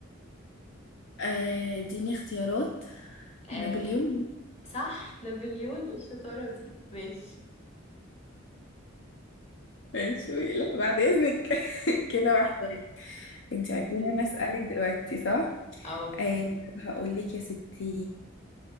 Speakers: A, on the left; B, on the left.
A: آه، اديني اختيارات
B: آه
A: نابليون <laughs>
B: صح نابليون ايه الشطارة دي ماشي
A: ماشي لا بعد اذنك <laughs> كده واحد واحد انت عايزين
B: طيب.
A: انا اسألك دلوقتي صح؟
B: او
A: آه هقول لك يا ستي